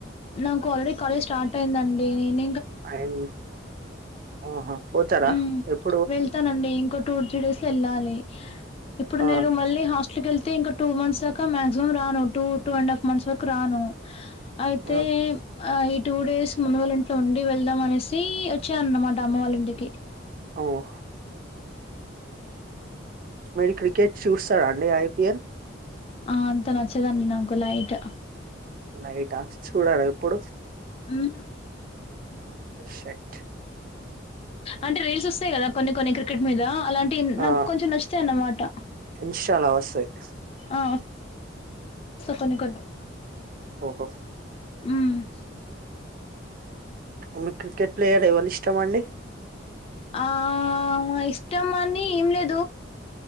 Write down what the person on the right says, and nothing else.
అయింది మ్ హు పోతారా
ఎప్
ఆ
ఆ
హ్మ్ మీరు క్రికెట్ చూస్తార అండి ఐపిఎల్
లైట చూడార ఎప్పుడు
షట్
ఆ
ఇన్స్టాలో వస్తాయి
ఓహో
మీకు క్రికెట్ ప్లేయర్ లో ఎవరు ఇష్టం అండి